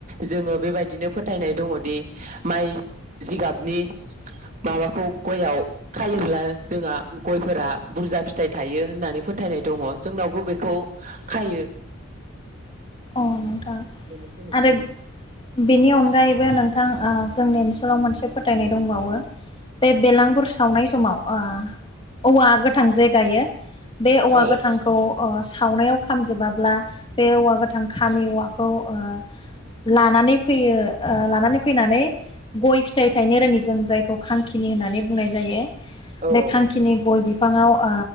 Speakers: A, on the right; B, on the left.
A: जोङो बेबायदिनो फोथायनाय दङदि माइ जिगाबनि माबाखौ गयाव खायोब्ला जोंहा गयफोरा बुरजा फिथाइ थायो होननानै फोथायनाय दङ जोंनावबो बेखौ खायो
B: औ नों थां
A: बेनोसै नोंथां
B: आरो बेनि अनगायैबो नोंथां ओ जोंनि ओनसोलाव मोनसे फोथायनाय दंबावो बे बेलांगुर सावनाय समाव ओ औवा गोथां जे गायो बे औवा
A: औ
B: गोथांखौ
A: औ
B: ओ सावनायाव खामजोबाब्ला बे औवा गो नि औवाखौ ओ लानानै फैयो ओ लानानै फैनानै गय फिथाइ थायनो रोङि जों जायखौ खांखिनि होननानै बुंनाय जायो
A: औ
B: बे
A: औ
B: खांखिनि
A: औ
B: गय बि बिफाङाव ओ